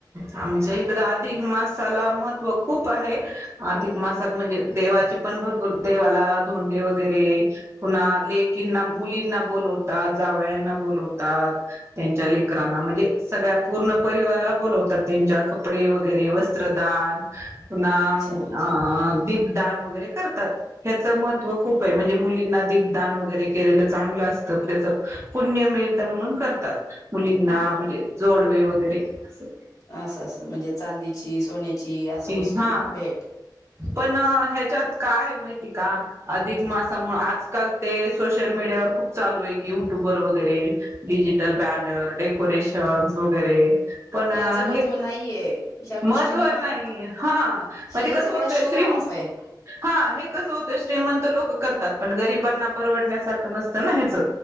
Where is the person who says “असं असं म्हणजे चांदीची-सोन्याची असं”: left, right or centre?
Left